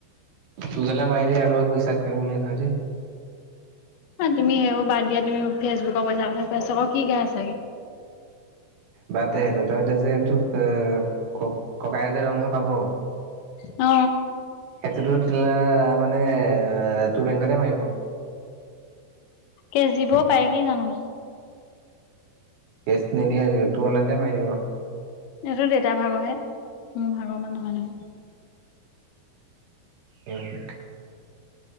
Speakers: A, on the right (about 70°); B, on the left (about 70°).
A: তোৰ তালে মাৰি দিয়ে আকৌ এইবোৰ হিচাপ কৰিব ন হেতি
B: ন তুমি সেইবোৰ বাদ দিয়া তুমি ফেচবুকৰ পইচা কথা পাছত আকৌ কি গা চাই
A: বাদ দে সেইটো তই যে এতিয়া যে এইোক ক ককায়ে যে দৰমহা পায়। পাব।
B: অ
A: সেইটোতো তোলা মানে তোৰ বেংকতে মাৰিব। অ
B: কেজিবও পাৰে কি জানো মোক।
A: কেছ নিদিয়ে আজি তোৰ অনলাইনতে মাৰি দিব।
B: এইটো দেউতাৰ ভাগৰহে মোৰ ভাগৰ মানে নহয় নহয়।
A: উম।